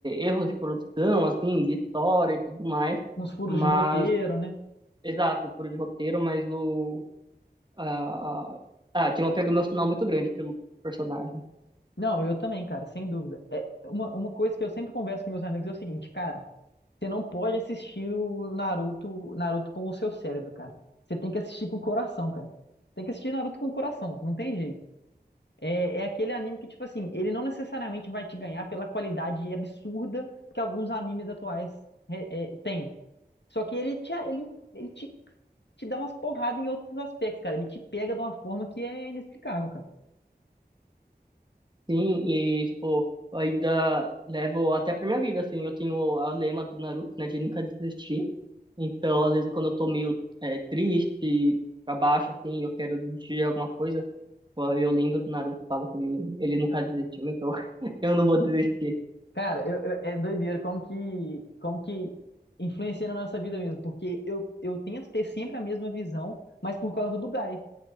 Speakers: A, on the right; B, on the left.
A: erros de produção, assim, de história e tudo mais,
B: uns furos
A: mas,
B: de roteiro, né?
A: exato, por de roteiro, mas o, ah, ah, tinha um apego emocional muito grande pelo personagem.
B: Não, eu também, cara, sem dúvida. É, uma, uma coisa que eu sempre converso com meus amigos é o seguinte, cara, você não pode assistir o Naruto, Naruto com o seu cérebro, cara. Você tem que assistir com o coração, cara. Tem que assistir Naruto com o coração, não tem jeito. É, é aquele anime que, tipo assim, ele não necessariamente vai te ganhar pela qualidade absurda que alguns animes atuais é, é, têm. Só que ele te, ele, ele te, te dá umas porradas em outros aspectos, cara. Ele te pega de uma forma que é inexplicável, cara.
A: Sim, e tipo, eu ainda levo até pra minha vida, assim, eu tenho o lema do Naruto, né, de nunca desistir. Então, às vezes, quando eu tô meio é, triste, pra baixo, assim, eu quero desistir de alguma coisa, ó, eu lembro do Naruto, fala que ele, ele nunca desistiu, então <laughs> eu não vou desistir.
B: Cara, eu- eu- é doideira como que, como que influencia na nossa vida mesmo. Porque eu, eu tento ter sempre a mesma visão, mas por causa do Guy.